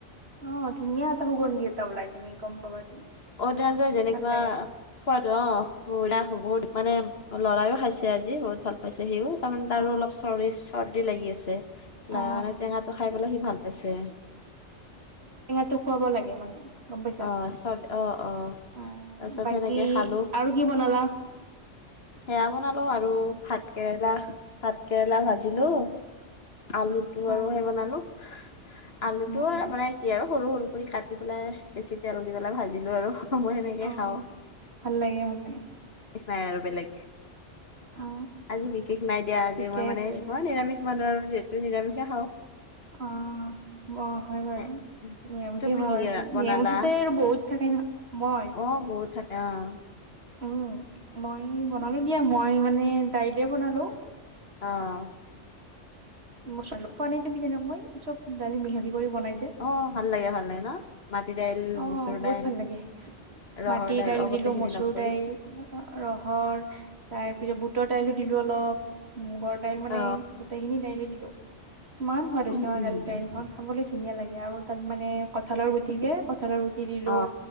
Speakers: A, on the right (about 60°); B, on the left (about 55°).
A: অ ধুনীয়া এটা সুগন্ধি এটা ওলাই তুমি গম পাবা তুমি।
B: অতজ যেনেকুৱা
A: ভাল লাগে।
B: খোৱাদ ত বুৰাখ বহুত মানে ল'ৰায়েও খাইছে আজি বহুত ভাল পাইছে সিও তাৰমানে তাৰো
A: অ
B: অলপ চৰ্দি চৰ্দি লাগি আছে। ল
A: অ
B: মানে টেঙাটো খাই পেলাই সি ভাল পাইছে।
A: তো খোৱাব লাগে মানে গম পাইছা,
B: অ চৰ্দি অ অ
A: আহ
B: তাৰপিছত
A: বাকী
B: সেনেকে খালো
A: আৰু কি বনালা?
B: সেয়া বনালো আৰু ভাত কেৰেলা, ভাত কেৰেলা ভাজিলো।
A: অ
B: আলুটো
A: হয়
B: আৰু সেই বনালো আলুটো
A: উম উম
B: মানে কি আৰু সৰু সৰু কৰি কাটি পেলাই বেছি তেল দি পেলাই ভাজিলো আৰু সময় সেনেকে
A: অ
B: খাওঁ,
A: ভাল লাগে ভাল লাগে
B: নাই আৰু বেলেগ।
A: অ
B: আজি বিশেষ নাই দিয়া আজি
A: ঠিকে
B: মই মানে
A: আছে বাৰু।
B: মই নিৰামিষ মানুহ আৰু যিহেতু নিৰামিষে খাওঁ।
A: অঁ অ হয় বাৰু
B: এ,
A: নিৰানিষতে
B: তুমি
A: খোৱা
B: কি
A: বাৰু
B: কি ৰা-
A: তুমি।
B: বনালা
A: নিৰানিষতে আৰু বহুত থাকে নহয়, মই
B: অ বহুত থাকে অঁ
A: উম মই বনালোঁ দিয়া মই মানে দাইলে বনালোঁ।
B: আহ।
A: মোছল খোৱা নাই তুমি তেনেকৈ, চব দালি মিহলি। কৰি বনাইছে
B: অ ভাল লাগে ভাল লাগে ন, মাটি দাইল ল
A: অ
B: মচুৰ
A: বহুত
B: দাইল
A: ভাল লাগে
B: ৰহৰ
A: মাটিৰ
B: দাইল
A: দিলো
B: গোটেইখিনি
A: মচুৰ
B: লগ কৰি
A: দাইল ৰহৰ তাৰপিছত বুটৰ দালি দাইলো দিলো অলপ মোহৰ দাইল মানে
B: অ
A: গোটেইখিনি দাইলে দিলো ইমান সোৱাদ
B: উম
A: হৈছে মাৰ
B: উম উম
A: দাইলখন খাবলৈ ধুনীয়া লাগে আৰু তাত মানে কঁঠালৰ গুটি যে কঠালৰ গুটি দিলোঁ
B: অ